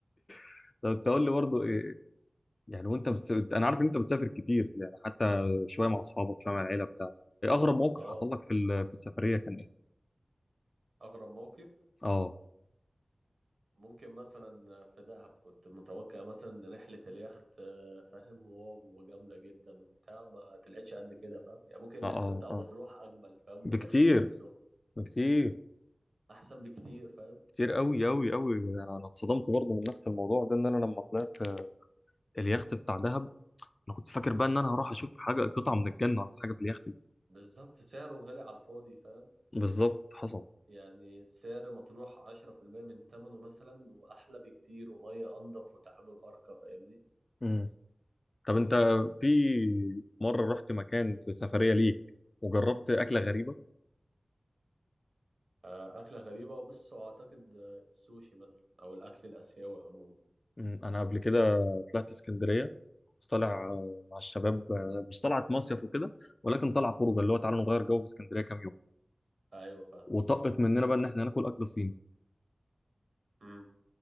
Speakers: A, on the left; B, on the right.
A: <laughs> طب أنت قول لي برضه يعني وانت بتس... انا عارف ان انت بتسافر كتير يعني حتى شويه مع اصحابك شويه مع العيله بتاع ايه اغرب موقف
B: اه
A: حصل لك في ال... في السفريه كان ايه
B: اغرب موقف
A: اه
B: ممكن مثلا في دهب كنت متوقع مثلا ان رحله اليخت آه، فاهم واو وجامده جدا وبتاع ما طلعتش قد كده فاهم يعني ممكن اليخت
A: اه اه
B: بتاع مطروح
A: اه
B: اجمل فاهم
A: بكتير
B: واليخت بتاع السخنه
A: بكتير
B: احسن بكتير فاهم
A: كتير قوي قوي قوي انا اتصدمت برضه من نفس الموضوع ده ان انا لما طلعت اليخت بتاع دهب انا كنت فاكر بقى ان انا هروح اشوف حاجه قطعه من الجنه ولا حاجه في اليخت دي
B: بالظبط سعره غالي على الفاضي فاهم
A: بالظبط حصل
B: يعني سعر مطروح 10% من ثمنه مثلا وأحلى بكتير ومية أنضف وتعامل أرقى فاهمني
A: امم طب انت في مره رحت مكان في سفريه ليك وجربت اكله غريبه
B: آه، أكلة غريبة وبص وأعتقد آه، السوشي مثلا أو الأكل الآسيوي عموما
A: مم، انا قبل كده طلعت اسكندريه كنت طالع آه، مع الشباب آه، مش طلعت مصيف وكده ولكن طلعه خروجه اللي هو تعالوا نغير جو في اسكندريه كام يوم
B: أيوه فاهم
A: وطقت مننا بقى ان احنا ناكل اكل صيني
B: مم.